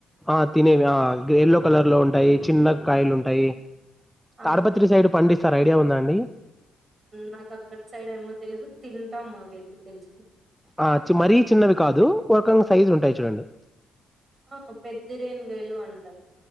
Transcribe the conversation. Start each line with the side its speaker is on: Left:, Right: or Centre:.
Centre: ఆ తినేవి ఆ ఎయల్లో కలర్ లో ఉంటాయి చిన్న కాయలు ఉంటాయి
Right: అవును
Centre: తాడపత్రి సైడ్ పండిస్తారు ఐడియా ఉందా అండి
Right: నాకు అక్కడి సైడ్ ఏమో తెలీదు తింటాం మా వేతి తెలుసు
Centre: ఆ మరీ చిన్నవి కాదు ఒకకంగా సైజు ఉంటాయి చూడండి
Right: ఆ పెద్ద రేను గయలు అంటారు